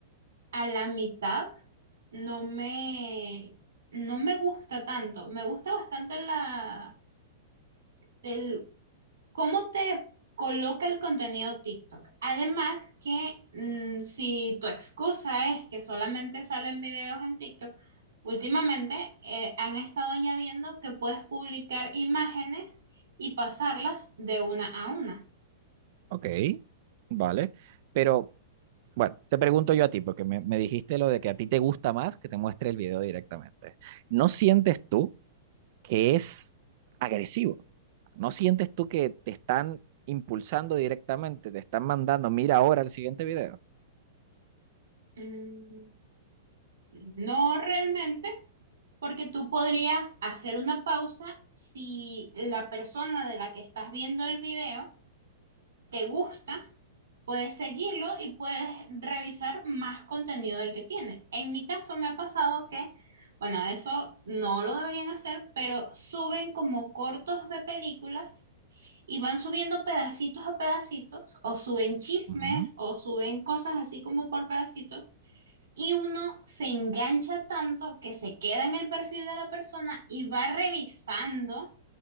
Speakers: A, on the right; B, on the right.
A: a la mitad no me, no me gusta tanto. Me gusta bastante la... el ¿Cómo te coloca el contenido TikTok? Además que mm, si tu excusa es que solamente salen videos en TikTok, últimamente eh, han estado añadiendo que puedes publicar imágenes y pasarlas de una a una.
B: Ok, vale. Pero bueno, te pregunto yo a ti, porque me, me dijiste lo de que a ti te gusta más que te muestre el video directamente. ¿No sientes tú que es agresivo. ¿No sientes tú que te están impulsando directamente, te están mandando, mira ahora el siguiente video?
A: Mm, no realmente, porque tú podrías hacer una pausa si la persona de la que estás viendo el video te gusta Puedes seguirlo y puedes revisar más contenido del que tiene. En mi caso me ha pasado que, bueno, eso no lo deberían hacer, pero suben como cortos de películas y van subiendo pedacitos a pedacitos, o suben chismes,
B: Ujú,
A: o suben cosas así como por pedacitos, y uno se engancha tanto que se queda en el perfil de la persona y va revisando.